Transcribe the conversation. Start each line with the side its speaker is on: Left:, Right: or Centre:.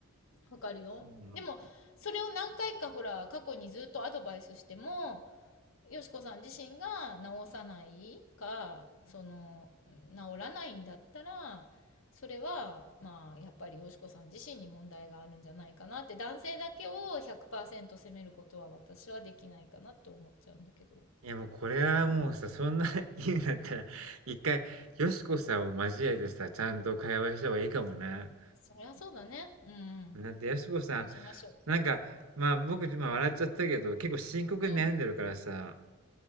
Left: わかるよ。
Right: んうん。
Left: でも、それを何回かほら、過去にずっとアドバイスしても、よしこさん自身が治さないか、その、治らないんだったら、それは、まあ、やっぱりよしこさん自身に問題があるんじゃないかなって、男性だけを100%責めることは私はできないかなって思っちゃうんだけど。
Right: いやもうこれはもうさ、そんな <laughs> 言うんだったら、<laughs> 一回、よしこさんを交えてさ、ちゃんと会話した方がいいかもね。
Left: そりゃそうだね。うんうん。
Right: だって、よしこさん、
Left: そうしましょ
Right: なんか、まあ僕今笑っちゃったけど、結構深刻に悩んでるからさ、
Left: う。うん。